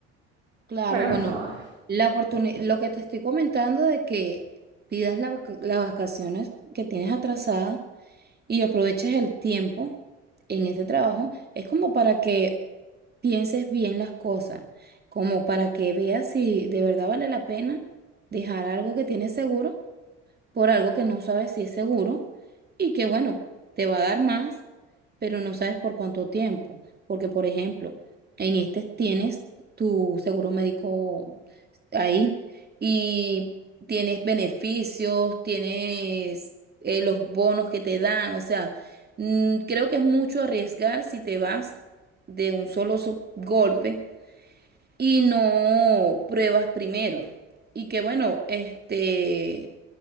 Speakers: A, on the right; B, on the right.
A: Claro,
B: Pero,
A: bueno,
B: <laughs> ay,
A: la oportuni- lo que te estoy comentando de que pidas la vac- las vacaciones que tienes atrasadas y aproveches el tiempo en este trabajo, es como para que pienses bien las cosas, como para que veas si de verdad vale la pena dejar algo que tienes seguro por algo que no sabes si es seguro y que, bueno, te va a dar más, pero no sabes por cuánto tiempo. Porque, por ejemplo, en este tienes tu seguro médico ahí y tienes beneficios, tienes eh, los bonos que te dan. O sea, mm, creo que es mucho arriesgar si te vas de un solo so- golpe y no pruebas primero. Y que bueno, este,